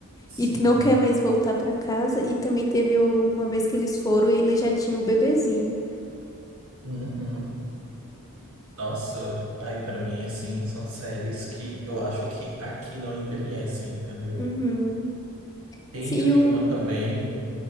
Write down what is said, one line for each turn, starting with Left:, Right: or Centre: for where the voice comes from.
Right: sim,
Left: e que não quer mais voltar pra casa. E também teve o- uma vez que eles foram e ele já tinha o bebezinho.
Right: uhum. Nossa, ai, pra mim, assim, são séries que eu acho que aqui não envelhecem, entendeu?
Left: Uhum.
Right: Tem,
Left: Sim,
Right: eu vi
Left: o...
Right: uma também